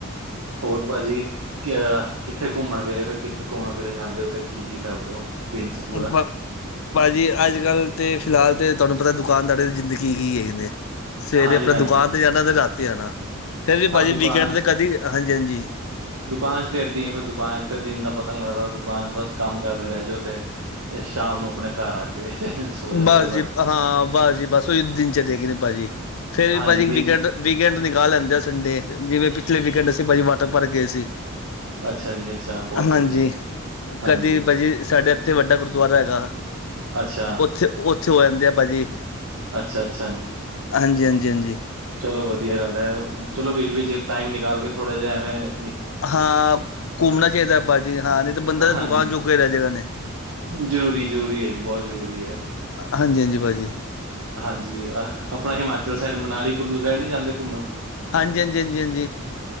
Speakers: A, on the right (about 80°); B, on the left (about 65°).
A: ਹੋਰ ਭਾਜੀ। ਕਿਆ ਕਿੱਥੇ ਘੁੰਮਣ ਗਏ ਫਿਰ ਕਿੱਥੇ ਘੁੰਮਣ ਫਿਰਨ ਜਾਂਦੇ ਹੋ ਤੇ ਕੀ ਕੀ ਕਰਦੇ ਹੋ? ਦਿਨ ਚ ਪੂਰਾ
B: ਵ <inaudible> ਭਾਜੀ ਅੱਜ ਕੱਲ੍ਹ ਤੇ ਫਿਲਹਾਲ ਤੇ ਤੁਹਾਨੂੰ ਪਤੈ ਦੁਕਾਨਦਾਰੀ ਦੀ ਜ਼ਿੰਦਗੀ ਕੀ ਏ ਨੇ। ਸਵੇਰੇ
A: ਹਾਂਜੀ
B: ਆਪਣੇ
A: ਹਾਂਜੀ
B: ਦੁਕਾਨ ਤੇ ਜਾਣਾ ਤੇ ਰਾਤੀ ਆਣਾ ਫੇਰ ਵੀ
A: ਹਾਂ
B: ਭਾਜੀ
A: ਦੁਕਾਨ
B: ਵੀਕਐਂਡ ਤੇ ਕਦੀ ਹਾਂਜੀ ਹਾਂਜੀ।
A: ਦੁਕਾਨ ਚ ਤੇ ਇੱਦਾਂ ਈ ਏ ਫੇਰ ਦੁਕਾਨ ਚ ਤੇ ਦਿਨ ਦਾ ਪਤਾ ਨਹੀਂ ਲੱਗਦਾ ਦੁਕਾਨ ਚ ਬਸ ਕੰਮ ਕਰਦੇ ਰਹਿ ਜੋ ਤੇ। ਤੇ ਸ਼ਾਮ ਨੂੰ। ਆਪਣੇ ਘਰ ਆ ਕੇ। ਸੋ ਜਾਓ
B: ਬਸ
A: ਤੇ
B: ਜੀ ਹਾਂ ਬਸ ਜੀ ਬਸ ਉਹੀ ਦਿਨ <unintelligible> ਭਾਜੀ ਫੇਰ ਵੀ
A: ਹਾਂਜੀ
B: ਭਾਜੀ
A: ਦਿਨ
B: ਵੀਕਐਂਡ। ਵੀਕਐਂਡ ਦੀ ਗੱਲ ਲੈਂਦੇ ਆ ਸੰਡੇ ਜਿਵੇਂ ਪਿਛਲੇ ਵੀਕਐਂਡ ਅਸੀਂ ਭਾਜੀ ਵਾਟਰ ਪਾਰਕ ਗਏ ਸੀ।
A: ਅੱਛਾ ਜੀ ਅੱਛਾ ਬਹੁਤ
B: ਹਾਂਜੀ
A: ਵਧੀਆ ਜੀ ਹਾਂਜੀ
B: ਕਦੀ ਭਾਜੀ ਸਾਡੇ ਇੱਥੇ ਵੱਡਾ ਗੁਰਦੁਆਰਾ ਹੈਗਾ।
A: ਅੱਛਾ
B: ਉੱਥੇ ਉੱਥੇ ਹੋ ਆਂਦੇ ਆ ਭਾਜੀ
A: ਅੱਛਾ-ਅੱਛਾ ਜੀ,
B: ਹਾਂਜੀ ਹਾਂਜੀ ਹਾਂਜੀ।
A: ਚਲੋ ਵਧੀਆ ਗੱਲ ਹੈ ਚਲੋ ਵਿੱਚ ਵਿੱਚ ਟਾਈਮ ਨਿਕਾਲ ਕੇ ਥੋੜ੍ਹਾ ਜਿਹਾ ਐਵੇਂ ਨਿਕ।
B: ਹਾਂ ਘੁੰਮਣਾ ਚਾਹੀਦੈ ਭਾਜੀ ਹਾਂ ਨਹੀ ਤੇ ਬੰਦਾ ਤੇ
A: ਹਾਂਜੀ,
B: ਦੁਕਾਨ ਜੋਗਾ ਰਿਹ ਜੇਗਾ ਨੇ।
A: ਜ਼ਰੂਰੀ ਜ਼ਰੂਰੀ ਏ ਜੀ ਬਹੁਤ ਜ਼ਰੂਰੀ ਹੈ।
B: ਹਾਂਜੀ ਹਾਂਜੀ ਭਾਜੀ।
A: ਹਾਂਜੀ ਅਹ ਆਪਣਾ ਹਿਮਾਚਲ ਸਾਈਡ ਮਨਾਲੀ ਕੁੱਲੂ ਸਾਈਡ ਨੀ ਜਾਂਦੇ ਘੁੰਮਣ।
B: ਹਾਂਜੀ ਹਾਂਜੀ ਹਾਂਜੀ ਹਾਂਜੀ